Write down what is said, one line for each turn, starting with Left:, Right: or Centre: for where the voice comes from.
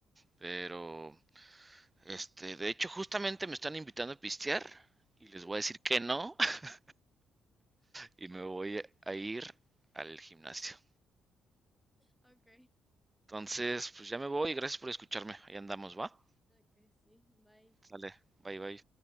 Right: Pero, este, de hecho justamente me están invitando a pistear y
Centre: <laughs>
Right: les voy a decir que no <laughs> y me voy a ir al gimnasio.
Centre: Ok,
Right: Entonces, pues ya me voy y gracias por escucharme. Ahí andamos, ¿va?
Centre: ok, sí, bye.
Right: Sale, bye bye.